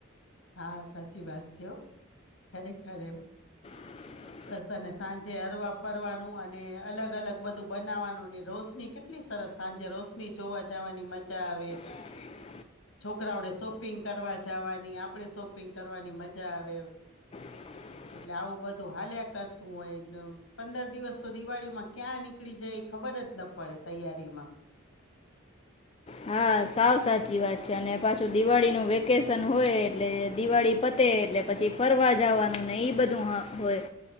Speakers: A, on the left (about 75°); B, on the left (about 30°).
A: હા સાચી વાત છે હો ખરે ખરે એમ.
B: <inaudible>
A: બસ અને સાંજે અરવા ફરવાનું અને અલગ અલગ બધું બનાવાનું રોશની કેટલી સર સાંજે રોશની જોવા જવાની મજા આવે.
B: <inaudible>
A: છોકરાઓને શોપિંગ કરવા જવાની આપ આપણે શોપિંગ કરવાની મજા આવે.
B: <inaudible>
A: એટલે આવું બધું હાલ્યા કરતું હોય પંદર દિવસ તો દિવાળી માં ક્યાં નીકળી જાય એ ખબર ફર જ ન પડે તૈયારી માં.
B: હા હા સાવ સાચી વાત છે અને પાછું દિવાળીનું વેકેશન હોય એટલે દિવાળી પતે એટલ એટલે પછી ફરવા જવાનું ને ઈ બધું હા હોય.